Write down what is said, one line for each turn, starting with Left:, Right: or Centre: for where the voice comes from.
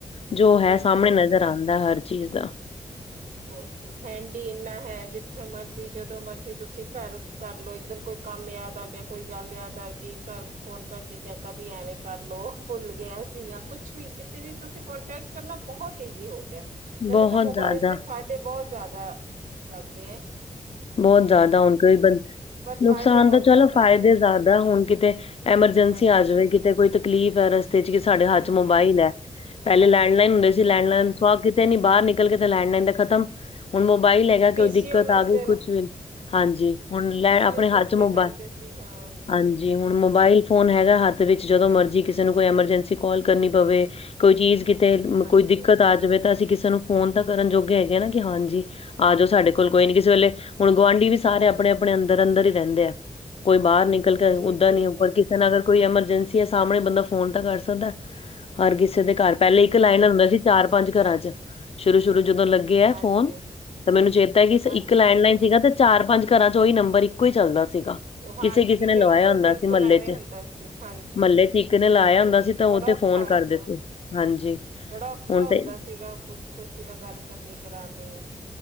Left: ਜੋ ਹੈ
Right: ਬਿਲਕੁਲ
Left: ਸਾਹਮਣੇ ਨਜ਼ਰ ਆਂਦਾ ਹਰ ਚੀਜ਼ ਦਾ।
Right: ਹੋਰ ਹੈਂਡੀ ਇੰਨਾ ਹੈ ਜਿੱਥੇ ਮਰਜ਼ੀ ਜਦੋਂ ਮਰਜ਼ੀ ਤੁਸੀਂ ਕਰ ਕਰਲੋ ਇੱਕਦਮ ਕੋਈ ਕੰਮ ਯਾਦ ਆ ਗਿਆ ਕੋਈ ਗੱਲ ਯਾਦ ਆ ਗਈ ਕਰ ਫੋਨ ਕਰਕੇ ਕਹਿਤਾ ਵੀ ਐਵੇਂ ਕਰ ਲੋ ਭੁਲ ਗਿਆ ਸੀਗਾ। ਕੁਛ ਵੀ, ਕਿਤੇ ਵੀ ਤੁਸੀਂ ਕੋਂਟੈਕਟ ਕਰਨਾ ਬੋਹਤ ਈਜ਼ੀ ਹੋ ਗਿਆ। ਮੈਨੂੰ
Left: ਬਹੁਤ
Right: ਤਾਂ ਮੋਬਾਇਲ
Left: ਜ਼ਿਆਦਾ
Right: ਦੇ ਫਾਏਦੇ ਬੋਹਤ ਜ਼ਾਦਾ ਲਗਦੇ ਐ।
Left: ਬੋਹਤ ਜ਼ਾਦਾ ਹੁਣ ਕੋਈ ਬੰ ਨੁਕਸਾਨ
Right: ਫਾਇਦੇ ਬਹੁਤ
Left: ਤਾਂ ਚਲੋ
Right: ਜ਼ਿਆਦਾ
Left: ਫ਼ਾਇਦੇ
Right: ਹੈ ਇਸਦੇ
Left: ਜ਼ਾਦਾ ਹੁਣ ਕਿਤੇ ਐਮਰਜੈਂਸੀ
Right: ਹਾਂਜੀ
Left: ਆ ਜਵੇੈਗੀ ਤੇ ਕੋਈ ਤਕਲੀਫ਼ ਏ ਰਸਤੇ ਚ ਕਿ ਸਾਡੇ ਹੱਥ
Right: ਹਮ
Left: ਚ ਮੋਬਾਈਲ
Right: ਹਮ ਹਮ
Left: ਹੈ ਪਹਿਲੇ ਲੈਂਡਲਾਈਨ ਹੁੰਦੇ ਸੀ ਲੈਂਡਲਾਈਨ
Right: ਹਾਂਜੀ
Left: ਸੁ ਕਿਤੇ ਨੀ ਬਾੱਰ ਨਿਕਲ ਕੇ ਤੇ ਲੈਂਡਲਾਈਨ ਦਾ ਖ਼ਤਮ, ਹੁਣ ਮੋਬਾਈਲ ਹੈਗਾ
Right: ਪੀ
Left: ਕੋਈ
Right: ਸੀ
Left: ਦਿੱਕਤ
Right: ਓ ਲੱਭਦੇ
Left: ਆ ਗਈ
Right: ਰਹੋ
Left: ਕੁਛ ਹਾਂਜੀ ਹੁਣ
Right: ਪੀ
Left: ਲੈਣ
Right: ਸੀ
Left: ਆਪਣੇ
Right: ਓ ਲੱਭਣੇ
Left: ਹੱਥ ਚ ਮੋਬਾ,
Right: ਪੈਂਦੇ ਸੀ ਹਾਂ
Left: ਹਾਂਜੀ ਜੀ ਹੁਣ ਮੋਬਾਇਲ ਫੋਨ ਹੈਗਾ ਹੱਥ ਵਿੱਚ ਜਦੋਂ ਮਰਜੀ ਕਿਸੇ ਨੂੰ ਕੋਈ ਐਮਰਜੈਂਸੀ ਕਾਲ ਕਰਨੀ ਪਵੇ। ਕੋਈ ਚੀਜ਼ ਤੇ
Right: ਹਾਂਜੀ
Left: ਕੋਈ ਦਿੱਕਤ ਆ ਜਾਵੇ ਤਾਂ ਅਸੀਂ ਕਿਸੇ ਨੂੰ ਫੋਨ ਤਾਂ ਕਰਨ ਜੋਗੇ ਹੈਗੇ ਨਾ ਕਿ ਹਾਂਜੀ ਆ ਜੋ ਸਾਡੇ ਬਿਲਕੁਲ ਕੋਈ ਨੀ ਕਿਸੇ ਵੇਲੇ ਹੁਣ ਗੁਆਂਢੀ ਵੀ ਸਾਰੇ ਆਪਣੇ- ਆਪਣੇ ਅੰਦਰ- ਅੰਦਰ ਈ ਰਹਿੰਦੇ ਆ, ਕੋਈ ਬਾਹਰ ਨੀ
Right: ਜੀ
Left: ਉੱਦਾਂ
Right: ਜੀ
Left: ਨਹੀਂ ੳੱਪਰ
Right: ਜੀ
Left: ਕਿਸ ਅਗਰ ਕੋਈ ਐਮਰਜੈਂਸੀ ਏ ਸਾਹਮਣੇ ਬੰਦਾ ਫੋਨ ਤਾਂ ਕਰ ਸਕਦਾ, ਹਰ ਕਿਸੇ ਦੇ ਘਰ ਪਹਿਲੇ
Right: ਬਿਲਕੁਲ
Left: ਇੱਕ ਲਾਈਨ
Right: ਜੀ
Left: ਲੈਂਡ ਹੁੰਦਾ ਸੀ ਚਾਰ- ਪੰਜ ਘਰਾਂ ਚ, ਸ਼ੁਰੂ- ਸ਼ੁਰੂ ਜਦੋਂ ਲੱਗੇ ਏ
Right: ਹਾਂਜੀ
Left: ਫੋਨ ਤਾਂ ਮੈਨੂੰ ਚੇਤਾ ਹੈ
Right: ਹਾਂਜੀ
Left: ਇੱਕ ਲੈਂਡਲਾਈਨ
Right: ਹਾਂਜੀ
Left: ਸੀਗਾ ਤੇ ਚਾਰ- ਪੰਜ ਘਰਾਂ ਚ ਉਹੀ ਨੰਬਰ ਇੱਕੋ ਹੀ ਚੱਲਦਾ ਸੀਗਾ।
Right: ਉਹ ਹਾਂਜੀ
Left: ਕਿਸੇ- ਕਿਸੇ ਨੇ ਲਵਾਇਆ
Right: ਬਿਲਕੁਲ
Left: ਹੁੰਦਾ
Right: ਬਿਲਕੁਲ
Left: ਸੀ ਮਹੱਲੇ
Right: ਐਵੇਂ
Left: ਚ,
Right: ਹੁੰਦਾ ਸੀ ਹਾਂਜੀ
Left: ਮਹੱਲੇ ਚ ਈਕ ਨੇ ਲਾਇਆ
Right: ਬ
Left: ਹੁੰਦਾ ਸੀ ਤਾਂ
Right: ਬੜਾ
Left: ਉਹ ਤੇ
Right: ਔਖਾ
Left: ਫੋਨ ਕਰ
Right: ਹਾਂ
Left: ਦੇ ਹਾਂਜੀ
Right: ਬੜਾ ਔਖਾ
Left: ਹੁਣ
Right: ਹੁੰਦਾ
Left: ਤੇ
Right: ਸੀਗਾ ਖੁਸ਼ਕੁਸ਼ੀ ਨਾਲ ਗੱਲ ਕਰਨੀ ਕਰਾਨੀ।